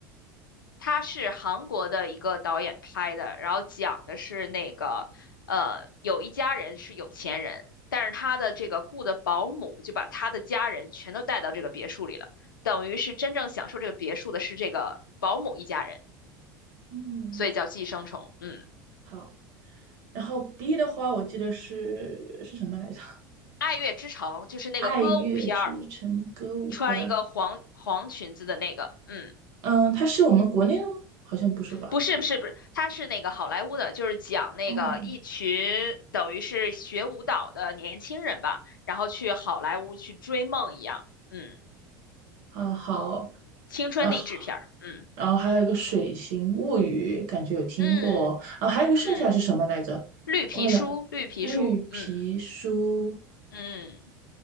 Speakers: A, on the left; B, on the right.
A: 他是韩国的一个导演拍的，然后讲的是那个，呃，有一家人是有钱人，但是他的这个雇的保姆就把他的家人全都带到这个别墅里了，等于是真正享受这个别墅的是这个保姆一家人，
B: 嗯，
A: 所以叫寄生虫。嗯，
B: 好。然后 B 的话，我记得是是什么来着？
A: 《爱乐之城》就是那个歌舞片儿，
B: 《爱乐之城歌舞片》。
A: 穿一个黄黄裙子的那个，
B: 儿。
A: 嗯。
B: 嗯，它是我们国内的吗？好像不是吧？
A: 不是不是不是，他是那个好莱坞的，就是讲那个一群等于是学舞蹈的年轻人吧，
B: 嗯
A: 然后去好莱坞去追梦一样，嗯，
B: 啊好，
A: 青春励志片儿，
B: 然后
A: 嗯
B: 然后还有一个《水形物语》，感觉有听过。
A: 嗯
B: 然后还有一个剩下是什么来着？
A: 嗯，绿皮书绿皮书，
B: 忘好像绿皮书。
A: 嗯嗯，